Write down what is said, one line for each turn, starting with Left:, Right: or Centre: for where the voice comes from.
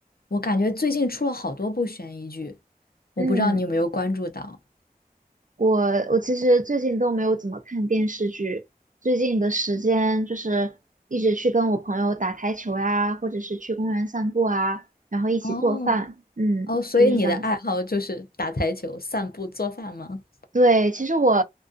Left: 我感觉最近出了好多部悬疑剧，我不知道你有没有关注到。
Right: 嗯，我我其实最近都没有怎么看电视剧，最近的时间就是一直去跟我朋友打台球呀，或者是去公园散步啊，然后一起做饭，
Left: 哦，
Right: 嗯，
Left: 哦，所以你的爱好就是打台球、
Right: 就是这样子。
Left: 散步、做饭吗？
Right: 对，其实我